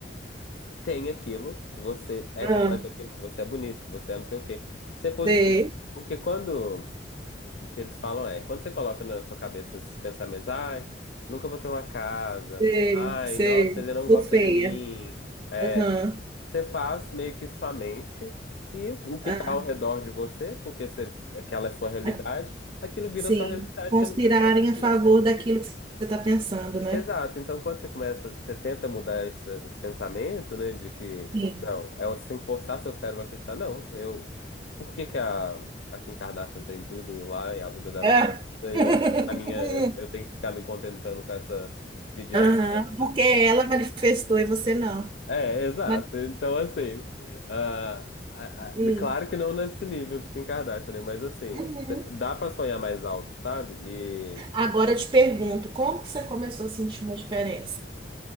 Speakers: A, on the left (about 65°); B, on the right (about 30°).
A: tem aquilo, que você é
B: ah,
A: capaz daquilo, que você é bonito, que você é não sei o quê. Ser positivo.
B: sei,
A: Porque quando o que eles falam é, quando você coloca na sua cabeça esses pensamentos, ai, nunca vou ter uma casa,
B: sei,
A: ai,
B: sei.
A: nossa, ele não
B: Sou
A: gosta
B: feia.
A: de mim. É,
B: Aham,
A: você faz meio que sua mente e o que
B: ah,
A: está ao redor de você, porque você, aquela é sua realidade,
B: ah,
A: aquilo vira
B: sim.
A: sua realidade,
B: Conspirarem
A: você nunca sai daquilo.
B: a favor daquilo que você está pensando, né?
A: Exato. Então, quando você começa, você tenta mudar esse, esse pensamento, né, de que
B: Sim.
A: não, é você tem que forçar seu cérebro a acreditar. Não, eu. Por que que a, a Kim Kardashian tem tudo lá e a vida dela
B: Ah.
A: é perfeita, e
B: <laughs>
A: eu, a minha, eu tenho que ficar me contentando com essa vidinha
B: Aham,
A: de merda?
B: porque ela manifestou e você não.
A: É, exato.
B: Mas,
A: Então, assim, ah, ah,
B: hum,
A: ah, claro que não nesse nível de Kim Kardashian, né? Mas assim,
B: uhum.
A: dá pra sonhar mais alto, sabe? E,
B: Agora eu te pergunto, como que você começou a sentir uma diferença?